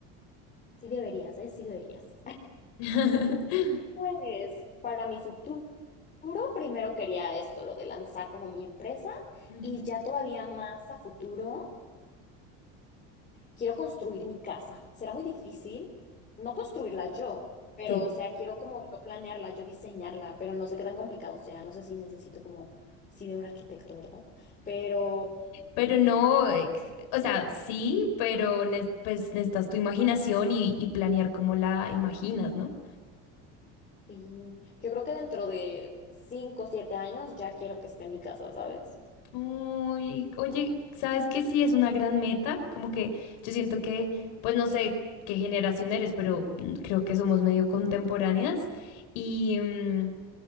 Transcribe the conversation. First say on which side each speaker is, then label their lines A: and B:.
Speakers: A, on the left (about 25°); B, on the left (about 80°).
A: sí deberías, ¿eh? Sí deberías.
B: <laughs>
A: <laughs> Pues para mi futuro, primero quería esto, lo de lanzar como mi empresa
B: Ujú.
A: y ya todavía más a futuro. quiero construir mi casa. Será muy difícil no construirla yo, pero
B: Sí,
A: o sea, quiero como yo planearla, yo diseñarla, pero no sé qué tan complicado sea, no sé si necesito como sí de un arquitecto, ¿verdad? Pero
B: pero no, eh, o sea, sí, pero ne- pues necesitas tu imaginación y, y planear cómo la imaginas, ¿no?
A: sí, yo creo que dentro de cinco o siete años ya quiero que esté mi casa, ¿sabes?
B: Uy, oye, ¿sabes qué? Sí, es una gran meta, como que yo siento que, pues no sé qué generación eres, pero mm, creo que somos medio contemporáneas y, mm,